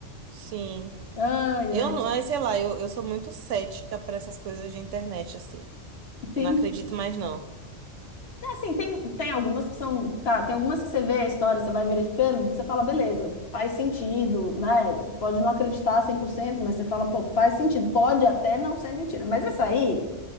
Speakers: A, on the right; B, on the left.
A: Sim.
B: Ai,
A: Eu
B: ai.
A: não, ai, sei lá, eu, eu sou muito cética pra essas coisas de internet, assim.
B: Tem,
A: Eu não acredito mais, não.
B: é, assim, tem, tem algumas que são. Tá, tem algumas que você vê a história, você vai verificando, você fala, beleza, faz sentido, né? Você pode não acreditar 100%, mas você fala, pô, faz sentido. Pode até não ser mentira. Mas essa aí.